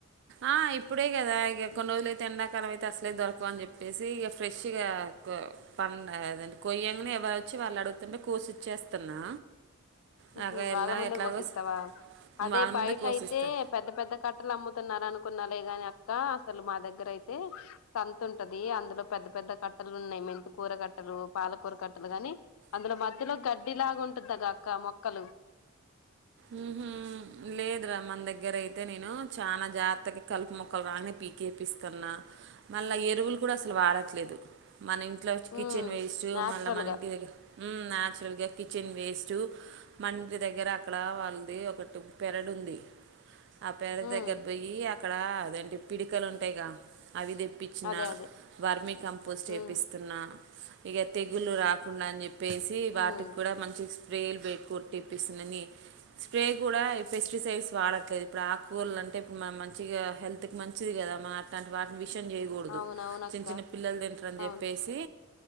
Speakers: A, on the right (about 55°); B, on the left (about 80°).
A: ఆహ్ ఇప్పుడే కదా ఇక కొన్ని రోజులుయితే ఎండాకాలం అయితే అసలే దొరకవు అని చెప్పేసి ఇక ఫ్రెష్గా కో పద కొయ్యంగానే ఎవరు వచ్చి వాళ్ళు అడుగుతుంటే కోసి ఇచ్చేస్తున్నా. నాకు
B: ఉమ్
A: ఎలా
B: వాళ్ళ ముందే
A: ఎట్లాగో
B: కోసిస్తావా
A: స-
B: అదే
A: వాళ్ళ
B: బయట
A: ముందే కోసిస్తా
B: అయితే పెద్ద పెద్ద కట్టలు అమ్ముతున్నారు అనుకు కున్నాలే గాని అక్క అసలు మా దగ్గర అయితే సంత ఉంటది అందులో పెద్ద పెద్ద కట్టలు ఉన్నాయి. మెంతికూర కట్టలు, పాలకూర కట్టలు గాని అందులో మధ్యలో గడ్డిలాగా ఉంటుంది అక్క మొ కలు
A: ఉమ్మ్ లేదురా మన దగ్గర అయితే నేను చాలా జాగ్రత్తకి కలుపు మొక్కలు రాంగ్న పీకేపిస్తున్నా మళ్ళా ఎరువులు కూడా అసలు వాడట్లేదు. మన ఇంట్లోచ్చే కిచెన్
B: ఉమ్
A: వేస్ట్
B: నాచురల్
A: మళ్ళా మన
B: గా
A: ఇంటి దగ్గర ఉమ్ న్యాచురల్గా కిచెన్ వేస్ట్. చు మన ఇంటి దగ్గర. అక్కడ వాళ్ళది ఒకటి పెరడ్ ఉంది. ఆ పేరడు
B: ఉమ్
A: దగ్గర పోయి ఆహ్. ఇక్కడ అదేంటి పిడకలు ఉంటాయిగా అవిదె. ఇప్పించిన
B: అదే అదే
A: వర్మీ కంపోస్ట్ వేపిస్తున్నా.
B: ఉమ్
A: ఇక తెగులు రాకుండా అని చెప్పి. వేసి
B: ఉహు
A: వాటికి కూడా మంచి స్ప్రేలు. బైక్ కొట్టిపిస్తున్నాని. స్ప్రే కూడా ఈ పెస్టిసైడ్స్ వాడట్లేదు ఇప్పుడు ఆకూరలు అంటే ఇప్పుడు మనం మంచిగా హెల్త్ కి మంచిది కదా మన అట్లాంటి వాటిని. షన్ చేయకూడదు.
B: అవునవునక్క
A: చిన్న చిన్న
B: అవును
A: పిల్లలు తింటారని
B: అక్క అవును
A: చెప్పేసి.